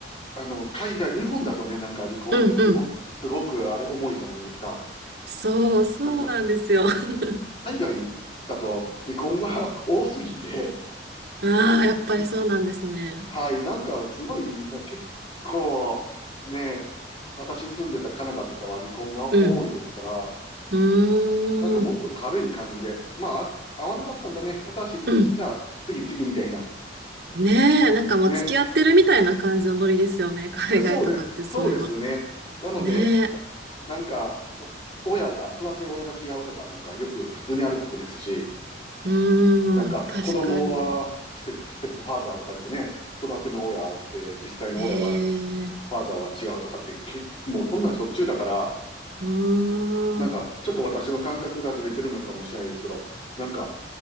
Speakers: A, on the left; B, on the right.
A: あの、海外、日本だとね、なんか離婚ってすご、
B: うんうん。
A: すごくあれ重いじゃないですか。
B: そう、そうなんですよ。
A: なんか、
B: <laughs>
A: 海外だと離婚が <laughs> 多すぎて、
B: ああ、やっぱりそうなんですね。
A: うんはい、なんかすごいみんな結構、ね、私住んでたカナダとかは離婚が多いですから、
B: うん。うーん。
A: なんかもっと軽い感じで、まあ、あ合わなかったんだね。私、
B: うん
A: じゃあ次次みたいな。
B: ねえ、なんかまあ付き合ってるみたいな感じのノリですよね。
A: ね、
B: <laughs> 海外とかってそういうの。
A: そうです、そうですね。なので、
B: ねえ。
A: な、なんか、お親が、育て親が違うとか、なんかよく普通にあることですし、
B: うーん、
A: なんか子供はステップ、
B: 確かに。
A: ステップファーザーとか言ってね、育ての親って、実際の親は、
B: ええ、う
A: ファーザーは違うとかって、け、もうそんなんしょっちゅうだから、
B: ーん。
A: なんかちょっと私の感覚がずれてるのかもしれないですけど、なんか